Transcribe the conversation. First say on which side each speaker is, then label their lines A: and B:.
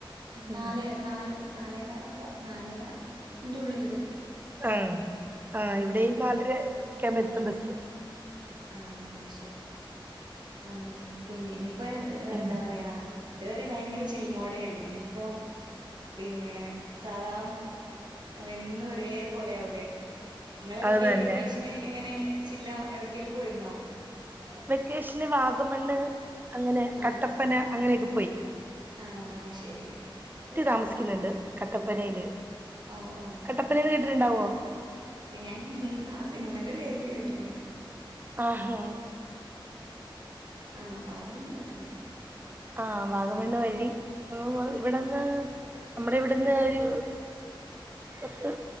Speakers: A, on the right; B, on the right.
A: ഉം
B: നാലെ നാലെ നാല് ക്കാലൊക്കെ നാലര ന്റുള്ളിൽ വരും
A: ആ ആ ഇവിടെയും നാലര ഒക്കെ ആമ്പോ എത്തും ബസ്
B: ആ ശരി അങ്ങനെ പിന്നെ ഇനി ഇപ്പ
A: ഉം
B: എന്താ പറയാ ഇതുവരെ ഭയങ്കര ചിൽമോടെ ആയിരുന്നു ഇനിയിപ്പോ പിന്നെ സാദാ എന്നും ഒരേ പോലെ ആകൂലേ നിങ്ങള എവിടക്കും
A: അത് തന്നെ
B: വെക്കേഷന് എങ്ങനെ ചില്ല എവിടക്കെലും പോയിര്ന്നോ
A: വെക്കേഷന് വാഗമണ്ണ് അങ്ങനെ കട്ടപ്പന
B: ആഹ്
A: അങ്ങനെയൊക്കെ പൊയി
B: ആഹ് ശെരി
A: താമസിക്കുന്നുണ്ട് കട്ടപ്പനയില്
B: ഓ ഓ
A: കട്ടപ്പനെന്ന് കേട്ട- ഉണ്ടാവോ
B: ഞാൻ ആ സിനിമേന്റെ പേരില് കേട്ട്ക്ക്ണ്
A: ആഹാ
B: ആഹ് വാഗമണ്ണ് കെട്ടിക്ക്ണ്
A: ആഹ് വാഗമണ്ണ് വഴി ഇവിട്ന്ന് നമ്മടെ ഇവിടുന്ന് ഒരു പത്ത്